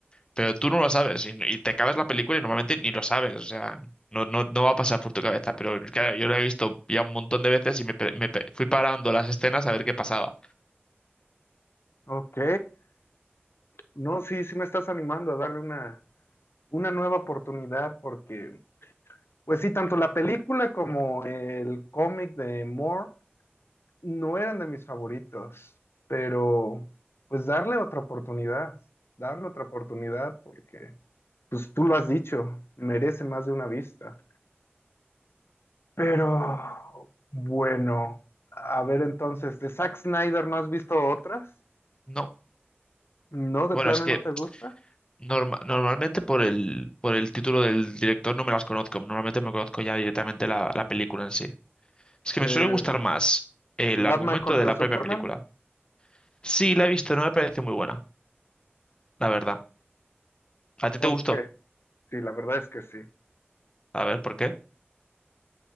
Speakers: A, on the left (about 20°); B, on the left (about 70°).
A: Pero tú no lo sabes y, y te acabas la película y normalmente ni lo sabes, o sea, no, no, no va a pasar por tu cabeza, pero claro, yo la he visto ya un montón de veces y me, pe- me pe- fui parando las escenas a ver qué pasaba.
B: Ok. No, sí, sí me estás animando a darle una, una nueva oportunidad porque, pues sí, tanto la película como el cómic de Moore no eran de mis favoritos, pero pues darle otra oportunidad, darle otra oportunidad porque, pues tú lo has dicho, merece más de una vista. Pero, bueno, a ver entonces, ¿de Zack Snyder no has visto otras?
A: No,
B: ¿No, de
A: bueno,
B: plano
A: es que
B: no te gusta?
A: norma- normalmente por el, por el título del director no me las conozco, normalmente me conozco ya directamente la, la película en sí. Es que
B: Eh,
A: me suele gustar más el
B: ¿Batman
A: argumento
B: contra
A: de la
B: Superman?
A: propia película. Sí, la he visto, no me parece muy buena, la verdad. ¿A ti
B: ¿Por
A: te gustó?
B: qué? Sí, la verdad es que sí.
A: A ver, ¿por qué?